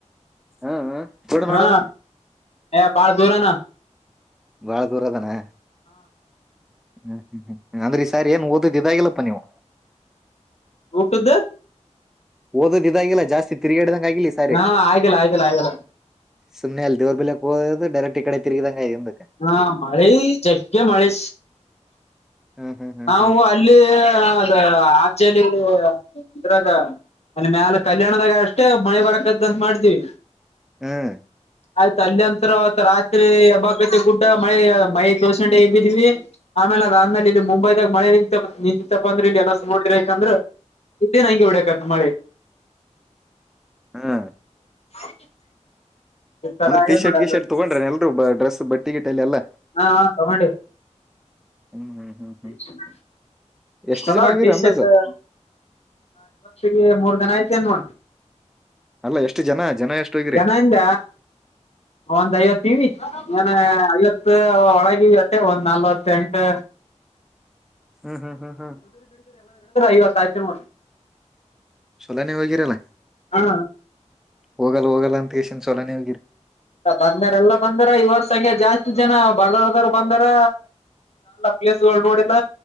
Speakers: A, in the centre; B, on the left (about 60°).
A: ಹ್ಮ್ ಹ್ಮ್ ಕೊಡು
B: ಹಾ
A: ನೋಡಮ್ಮ
B: ಯ ಬಾಲ ದೋರಾನ
A: ಭಾಳ ದೂರತಾನೇ ಹ್ಮ್ ಹ್ಮ್ ಹ್ಮ್್ಮ್ ಅಂದ್ರೆ ಈ ಸಾರ್ ಏನ್ ಓದದ ಇದಾಗಿಲ್ಲಪ್ಪಾ ನೀವು
B: ಊಕಿದ್ದ
A: ಓದೋದ ಇದಂಗಿಲ್ಲ ಜಾಸ್ತಿ ತಿರುಗಾಡ್ದಕ ಆಗಲಿ ಸಾರಿ
B: ಹಾ ಆಗಿಲ್ಲ ಆಗಿಲ್ಲ ಆಗಿಲ್ಲ
A: ಸುಮ್ಮನೆ ಅಲ್ಲಿ ದೇರ್ಲೆೋದು ಡರೆಕ್ಟ್ ಇ ಕಡೆ ತಿರುಗಿದಂಗ ಹಿಂದಕ್ಕೆ
B: ಹಾ ಮಾಡಿ ಜಗ್ಗೆ ಮಾಡಿ
A: ಹ್ಮ್ ಹ್ಮ್ ಹ್ಮ್
B: ನಾವು
A: ಹ್ಮ್
B: ಅಲ್ಲಿ ಅದ ಆಲ್ಲಿ ಇದ್ರಾಗ ಅಲ್ಲಿ ಮ್ಯಾಲ ಕಲ್ಯಾಣದಾಗ ಅಷ್ಟೇ ಮಳೆ ಬರಕತ್ಂತ ಮಾಡ್ತೀವಿ
A: ಹ್ಮ್
B: ಆಯ್ತ ಅಲ್ಲಿ ನಂತರ ಅವತ್ ರಾತ್ರಿ ಹಬ್ಬಾಪೇಟ್ಟೆ ಗುಡ್ಡ ಮಳೆ ಮಳೆ ತೋಸಂಡೆಬಿದ್ವಿ ಆಮೇಲೆ ಅದಾದ್ಮೇಲೆ ಇಲ್ಲಿ ಮುಂಬೈದಾಗ ಮಳೆ ನಿಂತ ನಿಂತತ್ತಪ್ಪ ಅಂದ್ರ ಇ ಎಲ್ಲ ನೋಡ್ರಿಯ್ತ ಅಂದ್ರ ಇದ್ದೇ ನ ಹಂಂಗಗೆ ಉಡಕತ್ ಮಳೆ
A: ಹಾ
B: ಹ <inaudible> ಸತರ
A: ಟಿ ಶರ್ಟ್
B: ನೋಡಲ್ಲ
A: ಗಿ ಶರ್ಟ್ ತಗೊಂಡ್ರೆ ಎಲ್ರು ಡ್ರೆಸ್ ಬಟ್ಟಿ ಗಿಟ್ಟ ಎಲ್ಲ
B: ಹಾ ಹ ತಗೊಂಡಿ ಟಿ-ಶರ್ಟ್
A: ಹ್ಮ್ ಹ್ಮ್ ಹ್ಮ್ ಹ್ಮ್ ಎಷ್ಟು ಜನ ಹೋಗಿರಿ ಅಂದಾಜ
B: ಹಾ ಇವಕ್ಷಿಗೆ ಮೂರ್ ದನ ಐತಿ ಅಂದ ನೋಡಿ
A: ಅಲ್ಲ ಎಷ್ಟು ಜನ ಜನ ಎಷ್ಟು ಹೋಗಿರಿ
B: ಜನಂದ ಒಂದ್ ಐವತ್ತವಿ ನ ಐವತ್ತು ಒಳಗೆ ಅಷ್ಟೆ ಒಂದ್ ನಲ್ವತ್ತೆಂಟು
A: ಹ್ಮ್ ಹ್ಮ್ ಹ್ಮ್ ಹ್ಮ್
B: ಇ ಅತ್ತ ಆಯಚ ಮೂ
A: ಎಲ್ಲ ನೀವು ಹೋಗಿರಲ್ಲ
B: ಹಾ
A: ಹೋಗಲ್ಲ ಹೋಗಲ್ಲ ಅಂತ ಎಸನ್ ಸೊಲನೇ ಹೋಗಿರಿ
B: ಬಂದರೆ ಎಲ್ಲ ಬಂದಾರ ಇವರ್ ಹಂಗೆ ಜಾಸ್ತಿ ಜನ ಬರ್ದರ್ದಾರ ಬಂದಾರ ಪ್ಲೇಸ್ಗಳು ನೋಡಿಲ್ಲ